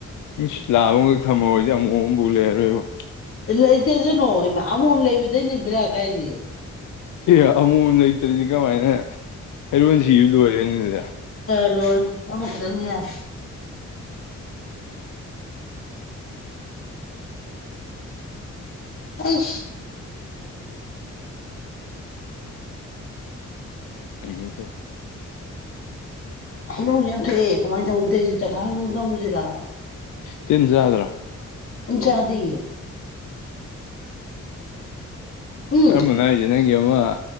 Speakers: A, on the left; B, on the left.
A: ꯎꯝ ꯂꯕꯒ ꯊꯝꯃꯑꯣꯣꯏꯖ ꯌꯥꯝ ꯑꯃꯣꯝꯕꯨꯂꯦꯔꯣꯏꯕ
B: ꯂꯩꯇꯁꯅꯣ ꯏꯃ ꯑꯃꯝ ꯂꯩꯕꯗꯩꯅꯦ ꯕꯤꯔꯥꯛ ꯍꯥꯏꯁꯦ
A: ꯑꯦ ꯑꯃꯨ ꯂꯩꯇ꯭ꯔꯗꯤ ꯀꯃꯥꯏꯅ ꯍꯩꯔꯣꯟ ꯁꯤꯕ ꯂꯣꯏꯔꯦꯅꯤ ꯑꯗꯨꯗ
B: ꯂꯔ ꯑꯃꯊꯔꯅꯤ ꯍꯥꯏ ꯑꯩ
A: ꯑ
B: ꯍꯩꯅꯧꯁꯨ ꯌꯥꯝ ꯊꯣꯛꯑꯦ ꯀꯃꯥꯏꯅ ꯇꯧꯅ ꯇꯩꯁꯤ ꯇꯈꯥꯏ ꯇꯝꯁꯤꯔ
A: ꯇꯤꯟ ꯆꯗ꯭ꯔꯥ
B: ꯖꯥꯗꯤ ꯎꯝ
A: ꯀꯔꯝꯕꯅ ꯍꯥꯏꯁꯦ ꯅꯪꯒꯤ ꯑꯃ